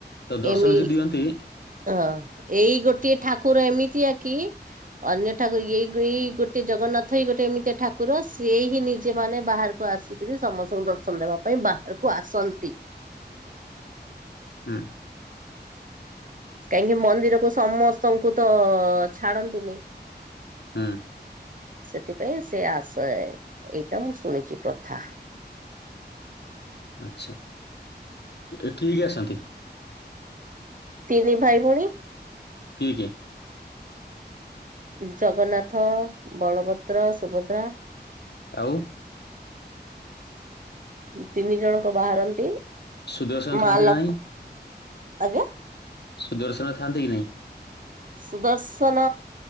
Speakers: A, on the left; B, on the right.
A: ତ ଦର୍ଶନ
B: ଏମି
A: ଯୋଉ ଦିଅନ୍ତି
B: ହଁ ଏଇ ଗୋଟିଏ ଠାକୁର ଏମିତିଆ କି ଅନ୍ୟ ଠାକୁର ଏଇ ଏଇ ଗୋଟେ ଜଗନ୍ନାଥ ହି ଗୋଟେ ଏମିତି ଠାକୁର ସିଏ ହିଁ ନିଜେ ମାନେ ବାହାରକୁ ଆସି ସମସ୍ତଙ୍କୁ ଦର୍ଶନ ଦେବା ପାଇଁ ବାହାରକୁ ଆସନ୍ତି।
A: ହୁଁ।
B: କାହିଁକି ମନ୍ଦିରକୁ ସମସ୍ତଙ୍କୁ ତ ଛାଡ଼ନ୍ତିନି।
A: ହୁଁ।
B: ସେଥିପାଇଁ ସେ ଆସେ ଏଇଟା ମୁଁ ଶୁଣିଛି ପ୍ରଥା।
A: ଆଚ୍ଛା କିଏ କିଏ ଅସନ୍ତି?
B: ତିନି ଭାଇ ଭଉଣୀ।
A: କିଏ, କିଏ?
B: ଜଗନ୍ନାଥ, ବଳଭଦ୍ର, ସୁଭଦ୍ରା।
A: ଆଉ?
B: ତିନି ଜଣଙ୍କ ବାହାରନ୍ତି
A: ସୁଦର୍ଶନ ଥାଆନ୍ତି
B: ମା ଲକ୍ଷ୍ମ-
A: ନା ନାହିଁ
B: ଆଜ୍ଞା।
A: ସୁଦର୍ଶନ ଥାନ୍ତି କି ନାଇଁ?
B: ସୁଦର୍ଶନ-